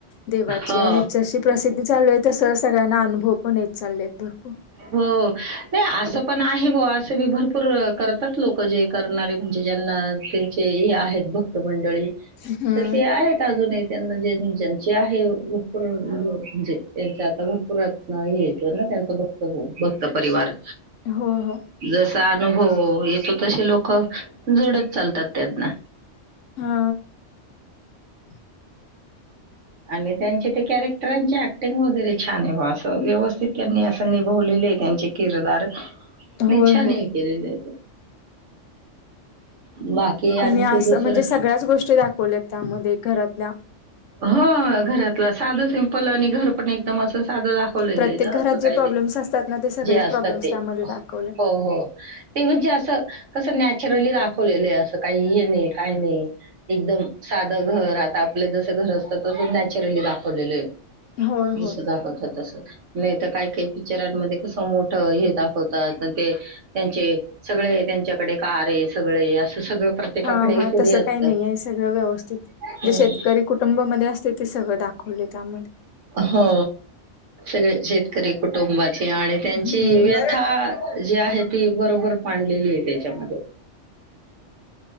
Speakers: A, on the left; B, on the right.
A: देवाची
B: हो,
A: आणि जशी प्रसिद्धी चालू आहे सह सगळ्यांना अनुभव पण येत चाललेत भरपूर
B: हो नाही अस पण आहे बुआ असे बी भरपूर करतात लोक जे करणारे म्हणजे ज्यांना त्यांचे हे आहेत भक्त मंडळी
A: हम्म
B: तर ते आहेत अजूनही त्यांना जे ज्यांचे आहे भरपूर म्हणजे त्यांचे आता भरपूर हे त्यांच भक्त भक्त परिवार
A: हो हो
B: जसा अनुभव येतो तसे लोक जोडत चालतात त्यांना
A: हा <inaudible>
B: आणि त्यांचे ते कॅरेक्टरांचे ऍक्टिंग वगैरे छान आहे बा असं व्यवस्थित त्यांनी असं निभवलेले आहे त्यांचे किरदार नि्छाने
A: होय हो
B: केलेले बाकी आणखी
A: आणि असं
B: दोसर
A: म्हणजे सगळ्याच गोष्टी दाखवल्यात त्यामध्ये घरातल्या
B: हो घरातलं साधं सिंपल आणि घर पण एकदम अस साधं दाखवलेलं
A: प्रत्येक
B: आहे ना असं
A: घरात जे
B: काही
A: प्रॉब्लेम्स
B: नाही
A: असतात ना ते सगळेच
B: जे असत
A: प्रॉब्लेम्स
B: ते
A: त्यामध्ये दाखवले
B: हो हो ते म्हणजे असं कस न ली दाखवलेलं अस काही हे नाही काही नाही एकदम साध घर आता आपलं जस घर असतं तस नॅचरली दाखवलेले आहे
A: होय होय
B: तस दाखवत तस नाही तर काही काही पिक्चरांमध्ये कसं मोठं हे दाखवतात ते त्यांचे सगळे त्यांच्याकडे कार आहे सगळे असं सगळं प्रत्येकाकडे
A: हा हा
B: थोडी
A: तसं
B: असतात.
A: काही नाही आहे सगळं व्यवस्थित
B: हम्म.
A: जे शेतकरी कुटुंबामध्ये असते ते सगळं दाखवले त्यामध्ये
B: हो शेतकरी कुटुब आणि त्यांची
A: हम्म
B: व्यथा जी आहे ती बरोबर मांडलेली आहे त्याच्यामध्ये <inaudible>